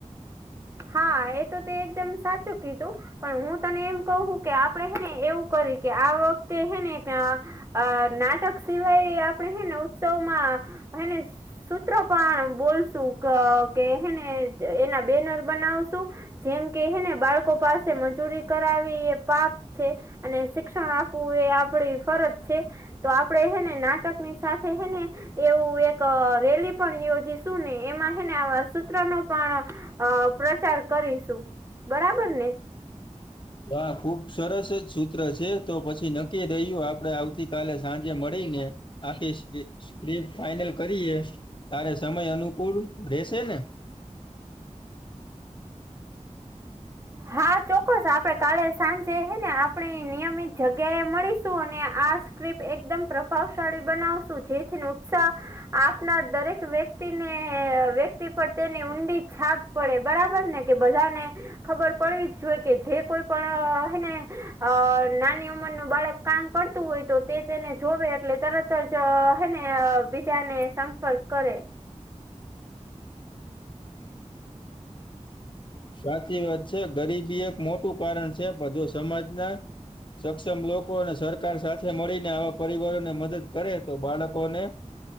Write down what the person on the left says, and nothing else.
હા, ખુબ સરસ જ સૂત્ર છે. તો પછી નક્કી રહ્યું, આપડે આવતી કાલે સાંજે મળીને. આખી સ્ક્રીપ ફાઈનલ કરીએ. તારે સમય અનુકૂળ રહેશે ને?
સાચી વાત છે, ગરીબી એક મોટું કારણ છે બધો સમાજના સક્ષમ લોકો અને સરકાર સાથે મળીને આવા પરિવારોને મદદ કરે, તો બાળકોને